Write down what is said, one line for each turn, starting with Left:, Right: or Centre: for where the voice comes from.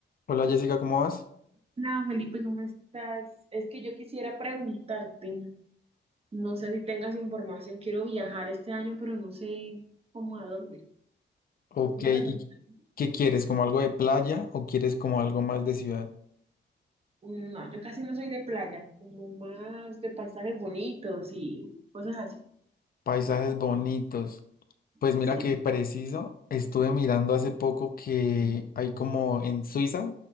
Left: Hola Jessica, ¿cómo vas?
Right: Hola Felipe, ¿cómo estás? Es que yo quisiera preguntarte, no sé si tengas información, quiero viajar este año, pero no sé cómo a dónde.
Left: Ok,
Right: ¿Alguna
Left: ¿y
Right: recomendación?
Left: qué quieres? ¿Como algo de playa o quieres como algo más de ciudad?
Right: No, yo casi no soy de playa, como más de paisajes bonitos y cosas así.
Left: Paisajes bonitos. Pues mira
Right: Sí.
Left: que preciso, estuve mirando hace poco que hay como en Suiza,